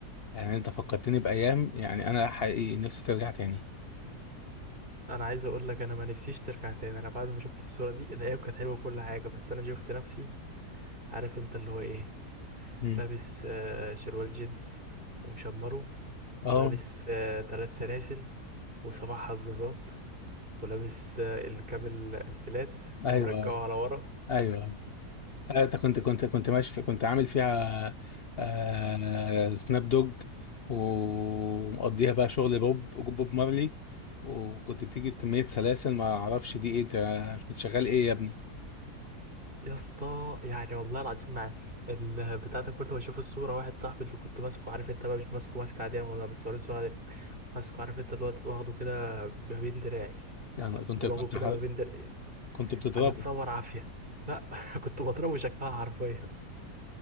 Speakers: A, on the left; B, on the right.
A: يعني انت فكرتني بايام يعني انا حقيقي نفسي ترجع تاني
B: انا عايز اقول لك انا ما نفسيش ترجع تاني انا بعد ما شفت الصورة دي الايام كانت حلوة وكل حاجة بس انا شفت نفسي عارف انت اللي هو ايه
A: امم
B: لابس آه، شروال جينز ومشمره
A: اه
B: ولابس ثلاث سلاسل وسبع حظاظات ولابس آه، الكابل الفلات
A: ايوه
B: ومرجعه
A: ايوه
B: على ورا
A: أيوه. آه، انت كنت كنت كنت ماشي في كنت عامل فيها آه سناب دوج ومقضيها بقى شغل بوب بوب مارلي وكنت بتيجي بكمية سلاسل ما اعرفش دي ايه انت كنت شغال ايه يا ابني
B: يا اسطى يعني والله العظيم مع البتاع ده كله بشوف الصورة واحد صاحبي اللي كنت ماسكه عارف انت بقى مش ماسكه ماسكة عادية ولا بس وريني الصورة دي ماسكه عارف انت الواد واخده كده ما بين دراعي
A: يعني كنت
B: دماغه
A: كنت
B: كده
A: ح-
B: ما بين دراعي
A: كنت بتضربه
B: هنتصور عافية لا <laughs> كنت بضربه شكلها حرفيا